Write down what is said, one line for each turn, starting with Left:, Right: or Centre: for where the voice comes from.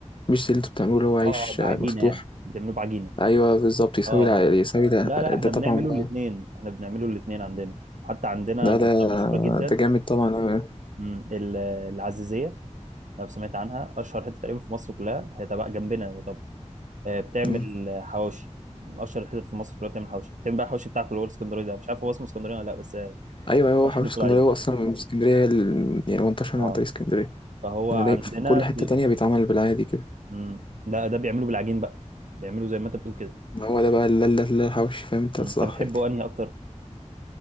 Left: مش زي اللي انتوا بتعملوه اللي هو عيش
Right: اه اه بعجينه
Left: مفتوح
Right: يعني بتعملوه بعجينه
Left: أيوه بالظبط يسوي
Right: اه
Left: الع- يسوي ده,
Right: لا لا
Left: ده
Right: احنا
Left: طبعا
Right: بنعمله
Left: بقى
Right: الاثنين احنا بنعمله الاثنين عندنا حتى عندنا
Left: ده
Right: منطقه
Left: ده
Right: مشهوره جدا
Left: ده جامد طبعا أوي.
Right: مم، ال- العزيزيه لو سمعت عنها اشهر حته تقريبا في مصر كلها هي تبع جنبنا يعتبر آه، بتعمل
Left: مم.
Right: آه، حواوشي من اشهر الحتت في مصر كلها بتعمل حواوشي بتعمل بقى الحواوشي بتاعك اللي هو الاسكندراني ده مش عارف هو اسمه اسكندراني ولا لا بس آه،
Left: ايوه ايوه
Right: الحواوشي
Left: هو حوش
Right: اللي انت
Left: اسكندريه
Right: بتقول عليه
Left: هو اصلا من اسكندريه هي ال- يعني هو انتشر
Right: اه
Left: عن طريق اسكندريه
Right: فهو
Left: يعني
Right: عندنا
Left: دايما في كل حته
Right: بي...
Left: تانية بيتعمل بالعادي كده
Right: مم، لا ده بيعملوا بالعجين بقى بيعملوا زي ما انت بتقول كده
Left: ما هو ده بقى لا لا لا الحوش فاهم انت
Right: مم،
Left: الصح
Right: انت بتحبه
Left: يعني
Right: انهي اكتر